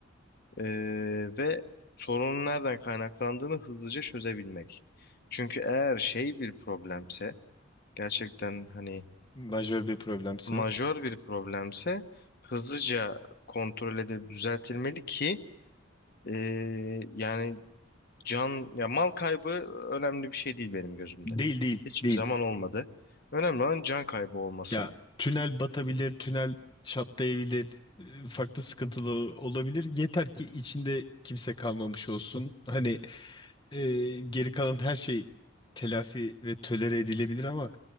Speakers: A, on the left (about 50°); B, on the left (about 25°).
A: Ee, ve sorunun nereden kaynaklandığını hızlıca çözebilmek. Çünkü eğer şey bir problemse, gerçekten hani
B: Majör bir problemse.
A: majör bir problemse hızlıca kontrol edip düzeltilmeli ki ee, yani can ya mal kaybı önemli bir şey değil benim gözümde.
B: Değil değil
A: Hiçbir
B: değil.
A: zaman olmadı. Önemli olan can kaybı olmasın.
B: Ya tünel batabilir, tünel çatlayabilir, e, farklı sıkıntılı olabilir. Yeter ki içinde kimse kalmamış olsun. Hani e, geri kalan her şey telafi ve tölere edilebilir ama